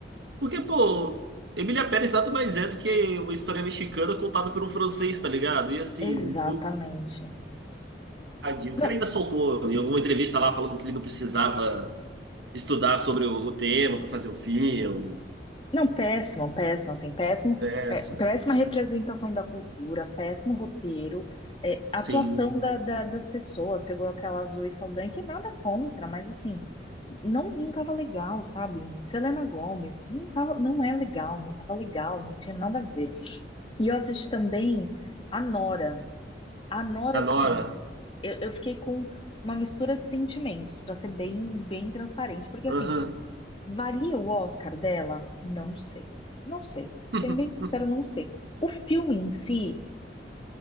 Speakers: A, on the right (about 75°); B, on the left (about 30°).
A: Porque, pô, Emília Pérez nada mais é do que uma história mexicana contada por um francês, tá ligado? E assim,
B: Exatamente.
A: o tadinho,
B: Não,
A: o cara ainda soltou em alguma entrevista lá falando que ele não precisava estudar sobre o o tema pra fazer o filme.
B: Não, péssimo, péssimo, assim, péssimo,
A: Essa.
B: é, péssima representação da cultura, péssimo roteiro, é,
A: Sim.
B: atuação da- da- das pessoas, pegou aquela Zoe Saldanha, que nada contra, mas assim, não, não tava legal, sabe? Selena Gomez, não tava, não é legal, não tava legal, não tinha nada a ver. E eu assisti também a Nora, a Nora,
A: A Nora.
B: sim, eu, eu fiquei com uma mistura de sentimentos, pra ser bem, bem transparente, porque
A: Aham.
B: assim, Valia o Oscar dela? Não sei. Não sei.
A: <laughs>
B: Sendo bem sincero, não sei. O filme em si